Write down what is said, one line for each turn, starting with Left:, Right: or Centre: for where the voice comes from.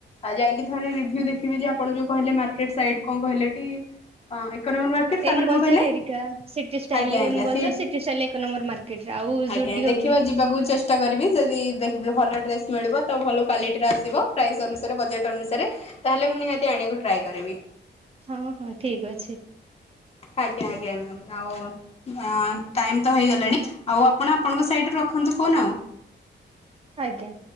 Left: ଆଉ ଯାଇକି ଥରେ ରିଭ୍ୟୁ ଦେଖିବି ଯେ ଆପଣ ଯୋଉ କହିଲେ ମାର୍କେଟ ସାଇଟ୍ କଣ କହିଲେ ଟି? ହଁ ଏକ ନମ୍ବର <unintelligible>
Right: ଏମ୍ ବଜାର
Left: କହିଲେ
Right: ହେରିକା ସିଟି ଷ୍ଟାଇଲ
Left: ଆଜ୍ଞା ଆଜ୍ଞା
Right: ଏମ୍ ବଜାର,
Left: ସେ
Right: ସିଟି ଷ୍ଟାଇଲ ଏକ ନମ୍ବର ମାର୍କେଟ ରେ। ଆଉ
Left: ଆଜ୍ଞା
Right: ଜୁଡିଓ
Left: ଦେଖିବା
Right: ବି
Left: ଯିବାକୁ ଚେଷ୍ ଚେଷ୍ଟା କରିବି ଯଦି ଦେଖିବି ଭଲ ଡ୍ରେସ୍ ମିଳିବ ତ ଭଲ କ୍ଲାଲିଟିର ଆସିବ ପ୍ରାଇସ୍ ଅନୁସାରେ ବଜେଟ୍ ଅନୁସାରେ ତାହେଲେ ମୁଁ ନିହାତି ଆଣିବାକୁ ଟ୍ରାଏ କରିବି
Right: ହଁ ହଁ ଠିକ୍ ଅଛି
Left: ଆଜ୍ଞା ଆଜ୍ଞା ମ୍ୟାାମ୍ ଆଉ ଟାଇମ୍ ତ ହେଇଗଲାଣି ଆଉ ଆପଣ ଆପଣଙ୍କ ସାଇଡ଼ୁ ରଖନ୍ତୁ ଫୋନ୍ ଆଉ
Right: ଆଜ୍ଞା